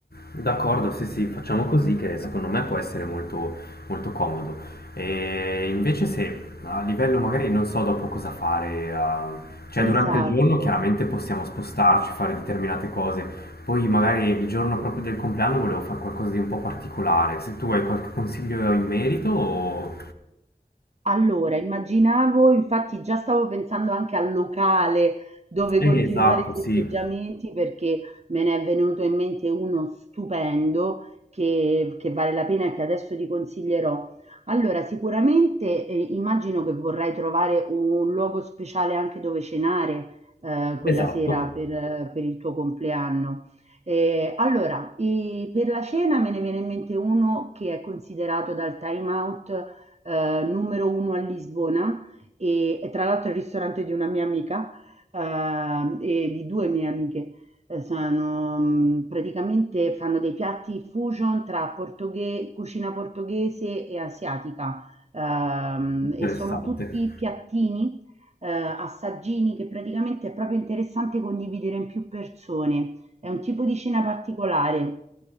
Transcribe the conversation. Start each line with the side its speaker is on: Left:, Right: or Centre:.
Left: D'accordo, sì, sì, facciamo così che secondo me può essere molto, molto comodo. E invece se a livello magari non so dopo cosa fare, ah, cioè durante
Right: Esatto.
Left: il giorno chiaramente possiamo spostarci, fare determinate cose, poi magari il giorno proprio del compleanno volevo fare qualcosa di un po' particolare, se tu hai qualche consiglio in merito o...
Right: Allora, immaginavo infatti già stavo pensando anche al locale dove
Left: Eh,
Right: continuare
Left: esatto,
Right: i festeggiamenti
Left: sì,
Right: perché me ne è venuto in mente uno stupendo che, che vale la pena e che adesso ti consiglierò. Allora, sicuramente eh, immagino che vorrai trovare un luogo speciale anche dove cenare eh, quella
Left: esatto,
Right: sera per, eh, per il tuo compleanno. Eh, allora, i- per la cena me ne viene in mente uno che è considerato dal Time Out eh, numero uno a Lisbona e, e tra l'altro è il ristorante di una mia amica eh, e di due mie amiche. Eh, Sono, mh, praticamente fanno dei piatti fusion tra portoghe- cucina portoghese e asiatica ehm,
Left: interessante.
Right: e sono tutti piattini, eh, assaggini che praticamente è proprio interessante condividere in più persone. È un tipo di cena particolare.